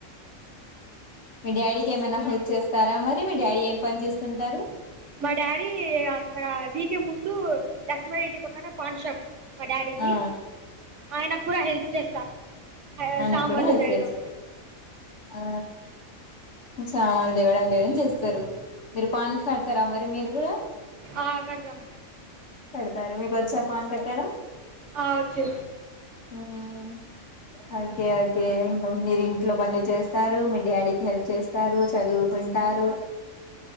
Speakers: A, on the left (about 55°); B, on the right (about 60°).
A: మీ డాడీకి ఏమైనా హెల్ప్ చేస్తారా మరి మీ డాడీ ఏం పని చేస్తుంటారు
B: మా డాడీ అక్కడ అదీ కి ముందు దశ్మరెడ్డి పక్కన పాన్ షాప్ మా డాడీది
A: ఆ
B: ఆయన కూడా హెల్ప్ చేస్తా
A: ఆ
B: సామాన్లు
A: నేం కూడా
B: తేయడం
A: చేస్ ఆ సామాన్ దేవడంతోగాని చేస్తరు మీరు పాన్ కడ్తారా, మరి మీరు కూడా
B: ఆ కడదాం
A: కడతారు మీకొ చ్చా పాన్ కట్టడం
B: ఆ వచ్చు
A: ఉమ్ ఓకే ఓకే ఇంక మీరు ఇంట్లో పనులు చేస్తారు మీ డాడీ హెల్ప్ చేస్తారు చదువుకుంటారు